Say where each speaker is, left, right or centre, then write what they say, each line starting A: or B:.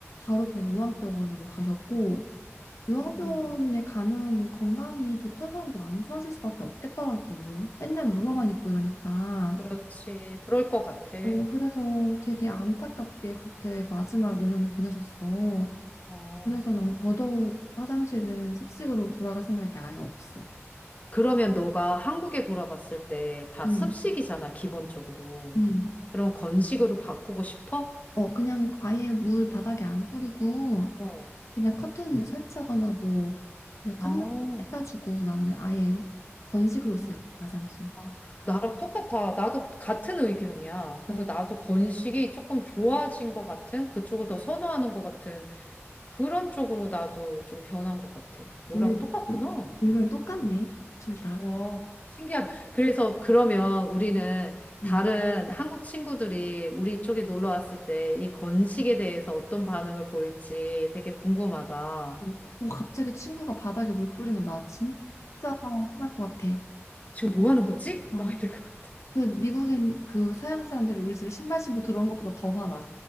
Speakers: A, on the left; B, on the left.
A: 바로 그냥 요양병원으로 가셨고 요양병원에
B: 음,
A: 가면 건강이 좋던 사람도 안 좋아질 수밖에 없겠더라고. 맨날
B: 아,
A: 누워만
B: 그,
A: 있고 이러니까.
B: 그렇지. 그럴 것 같아.
A: 어, 그래서 되게 안타깝게 그렇게 마지막 노년을 보내셨어.
B: 어.
A: 그래서 난 더더욱 화장실은 습식으로 돌아갈 생각이 아예 없어.
B: 그러면 너가 한국에 돌아갔을 때 다
A: 응,
B: 습식이잖아, 기본적으로.
A: 응.
B: 그럼 건식으로 바꾸고 싶어?
A: 어, 그냥 아예 물 바닥에 안 뿌리고
B: 어.
A: 그냥 커튼 설치거나 뭐 그냥 칸막이
B: 어.
A: 떼가지고 나는 아예 건식으로 쓸
B: 어.
A: 거야, 화장실.
B: 어. 나랑 똑같아. 나도 같은 의견이야. 그래서
A: 어,
B: 나도 건식이 조금 좋아진 것 같은, 그쪽을 더 선호하는 것 같은 그런 쪽으로 나도 좀 변한 것 같아. 너랑
A: 우리
B: 똑같구나.
A: 우리 의견이 똑같네, 둘 다.
B: 어, 신기하다. 그래서 그러면 우리는
A: 음.
B: 다른 한국 친구들이 우리 쪽에 놀러 왔을 때 이 건식에 대해서 어떤 반응을 보일지 되게 궁금하다.
A: 어, 어, 갑자기 친구가 바닥에 물 뿌리면 나 진짜 화날 것 같아.
B: 지금 뭐 하는 거지?
A: 아,
B: 막 이럴 것 같아.
A: 그 미국인 그 서양 사람들이 우리 집에 신발 신고 들어온 것보다 더 화나.